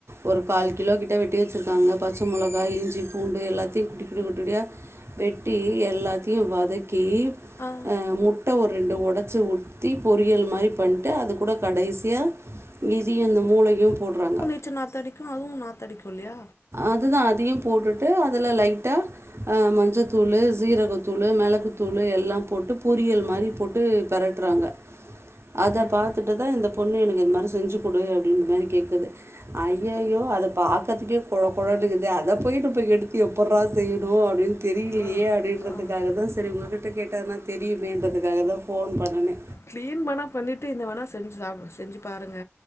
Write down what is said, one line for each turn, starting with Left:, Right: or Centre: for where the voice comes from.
Right: ஒரு கால் கிலோ கிட்ட வெட்டி வெச்சிருக்காங்க பச்ச மொளகா இஞ்சி பூண்டு எல்லாத்தையு குட்டி குட்டி குட்டி குட்டியா வெட்டி எல்லாத்தையு வதக்கி
Left: ஆ
Right: அ முட்ட ஒரு ரெண்ட ஒட ச்சு ஊத்தி பொரியல் மாரி பண்ட்டு அது கூட கடைசியா இதியு இந்த மூளை யு போடுறாங்க
Left: ச்சு நாத்த அடிக்கு அதுவு நாத்த அடிக்கு இல்லியா
Right: அதுதா அதியு போட்டுட்டு அதுல லைட்டா ஆ மஞ்சத்தூளு சீரகத் தூளு மெளகுத்தூளு எல்லா போட்டு பொரியல் மாரி போட்டு பெரட்றாங்க அத
Left: முட்
Right: பாத்துட்டுதா இந்தப் பொண்ணு எனக்கு இது மாரி செஞ்சு குடு அப்டின்ற மாரி கேட்குது ஐய்யயோ அத பாக்கதுக்கே கொழ கொழனு இக்கிது அத போய் நம்ப எடுத்து எப்பட்றா செய்யுணு அப்டின்னு தெரியிலியே
Left: ஆ
Right: அப்டின்ற
Left: ஆ
Right: அதுக்காகதா சரி உங்ககிட்ட கேட்டனா தெரியுமேன்றதுக்காகதா போன் பண்ணுனே
Left: கிளீன் பேணா பண்ணிட்டு இந்த வேணா செஞ்சு சாப்டு செஞ்சு பாருங்க